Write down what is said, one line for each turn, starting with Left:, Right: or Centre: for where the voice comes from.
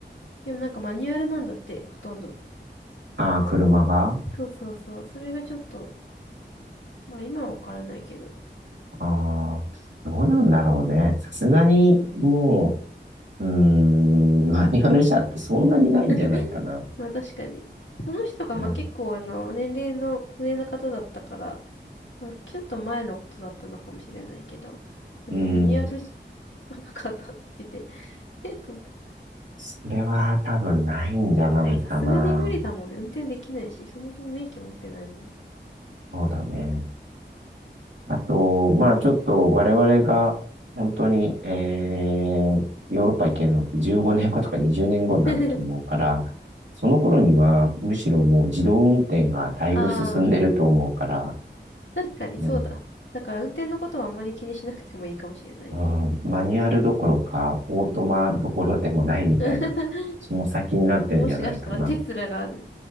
Left: でもなんかマニュアルなんだって、ほとんど。
Right: ああ、車があ
Left: そうそうそう。それがちょっと、まあ今はわからないけど。
Right: あー、どうなんだろうね。さすがに、もう、うーん、マニュアル車ってそんなにないんじゃないかな。
Left: <laughs> まあ確かに。その人がまあ結構あの、
Right: うん。
Left: 年齢の上の方だったから、まあちょっと前のことだったのかもしれないけど、なんかマニュアルし
Right: うん。
Left: <laughs> なかったって言ってて、<laughs> えっと思って。
Right: それは多分ないんじゃないかな。
Left: まあさすがに無理だもんね。運転できないし、そもそも免許持ってないもん。
Right: そうだね。あと、まあちょっと我々が本当に、えーヨーロッパ行けるのって15年後とか20年後になると思うから、
Left: <laughs>
Right: その頃にはむしろもう自動運転がだいぶ進んでると思うから、
Left: ああ。確かにそうだ。
Right: うん、
Left: だから運転のことはあまり気にしなくてもいいかもしれないね。
Right: うんマニュアルどころかオートマどころでもないみたいな、
Left: <laughs>
Right: その先になってるんじゃないかな。
Left: もしかしたらテスラがす